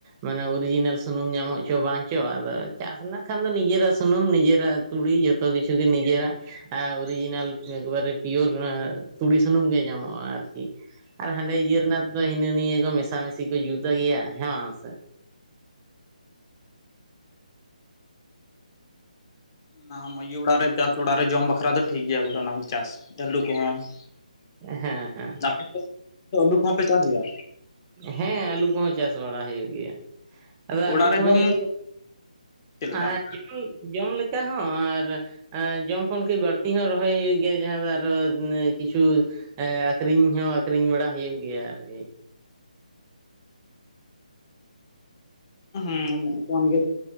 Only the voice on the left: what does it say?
ᱚᱱᱟ ᱦᱚᱸ <unintelligible> ᱚᱲᱟᱜ ᱨᱮ ᱪᱟᱥ ᱚᱲᱟᱜ ᱨᱮ ᱡᱚᱢ ᱵᱟᱠᱷᱨᱟ ᱫᱚ ᱴᱷᱤᱠ ᱜᱮᱭᱟ ᱵᱚᱞᱮ ᱚᱱᱟ <unintelligible> ᱪᱟᱥ ᱾ ᱟᱹᱞᱩ ᱠᱚᱦᱚᱸ
<unintelligible>
ᱟᱯᱮ ᱫᱚ <unintelligible> ᱟᱹᱞᱩ ᱠᱚᱦᱚᱸ ᱯᱮ ᱪᱟᱥ ᱜᱮᱭᱟ?
ᱚᱲᱟᱜ
ᱨᱮ
ᱡᱚᱢ
ᱪᱮᱫ ᱞᱮᱠᱟ
ᱦᱮᱸ ᱚᱱᱠᱟᱱ ᱜᱮ ᱾